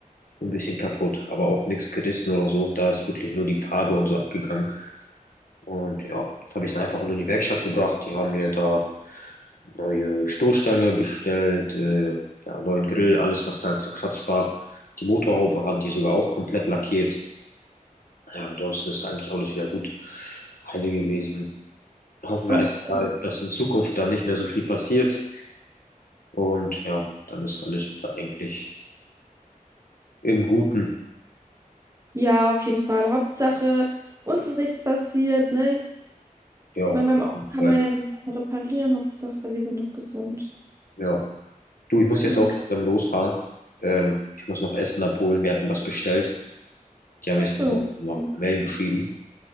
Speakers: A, on the left; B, on the right.
A: ein bisschen kaputt, aber auch nichts gerissen oder so. Da ist wirklich nur die Farbe und so abgegangen. Und ja, habe ich dann einfach nur in die Werkstatt gebracht. Die haben mir da neue Stoßstange bestellt, äh, ja, neuen Grill, alles was da halt zerkratzt war. Die Motorhaube haben die sogar auch komplett lackiert. Ja, ansonsten ist eigentlich alles wieder gut heile gewesen. Hoffen
B: Ach
A: wir einfach
B: so.
A: mal, dass in Zukunft da nicht mehr so viel passiert. Und ja, dann ist alles wieder eigentlich im Guten.
B: Ja, auf jeden Fall. Hauptsache, uns ist nichts passiert, ne?
A: Ja,
B: Ich meine,
A: auf
B: beim Auto
A: jeden
B: kann
A: Fall.
B: man ja die Sachen reparieren. Hauptsache, wir sind noch gesund.
A: Ja. Du, ich muss jetzt
B: Genau.
A: auch langsam losfahren. Ähm, ich muss noch Essen abholen. Wir hatten was bestellt. Die haben mir
B: Ach
A: jetzt
B: so.
A: gerade auch noch
B: Okay,
A: eine Mail geschrieben.